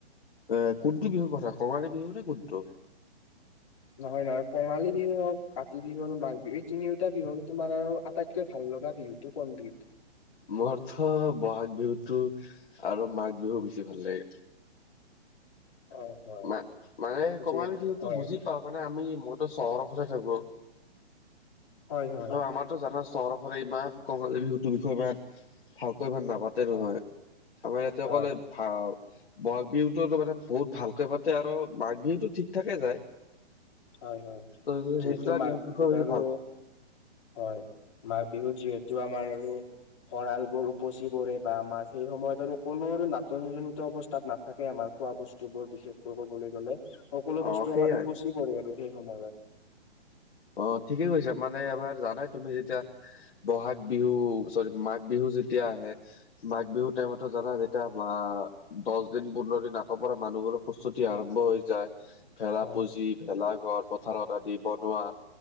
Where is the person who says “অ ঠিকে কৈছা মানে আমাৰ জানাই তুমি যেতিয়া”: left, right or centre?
Left